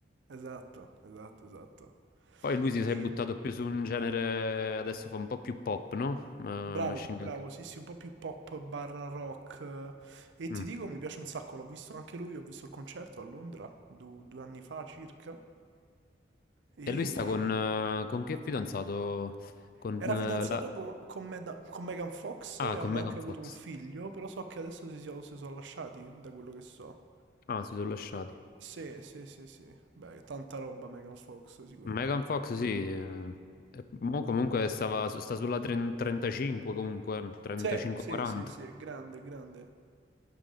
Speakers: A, on the right; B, on the left.
A: esatto, esatto, esatto.
B: Poi lui si è
A: E
B: buttato più su un genere, adesso fa un po' più pop, no? Ma
A: Bravo,
B: Machine
A: anche. bravo,
B: Gun Kelly.
A: sì, sì, un po' più pop barra rock. eh, E
B: Mm.
A: ti dico, mi piace un sacco, l'ho visto anche lui, ho visto il concerto a Londra du- due anni fa circa. E
B: E lui sta con, eh, con che fidanzato? Con,
A: era
B: eh,
A: Non fidanzato
B: la...
A: sapevo. con, con Meda- con Megan Fox
B: Ah,
A: e hanno
B: con Megan
A: anche avuto
B: Fox.
A: un figlio, però so che adesso si, sia- si sono lasciati, da quello che so.
B: Ah, si sono lasciati.
A: Sì, sì, sì, sì. Beh, tanta roba Megan Fox, sicuramente.
B: Megan Fox, sì. eh, e mo comunque stava, sta sulla 30 35, comunque, 35-40.
A: Sì, sì, sì, sì, è grande, è grande.